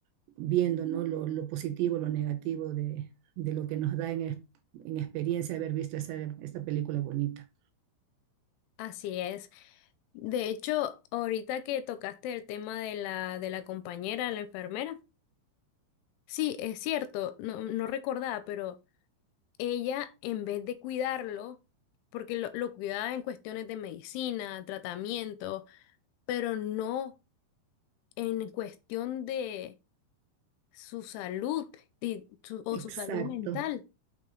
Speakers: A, on the right (about 75°); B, on the left (about 80°).
A: viendo, ¿no? Lo, lo positivo, lo negativo de, de lo que nos da en, ex- en experiencia haber visto esa, esta película bonita.
B: Así es. De hecho, ahorita que tocaste el tema de la, de la compañera, la enfermera, sí, es cierto, no, no recordaba, pero ella en vez de cuidarlo, porque lo, lo cuidaba en cuestiones de medicina, tratamiento, pero no en cuestión de su salud y su- o su
A: Exacto.
B: salud mental.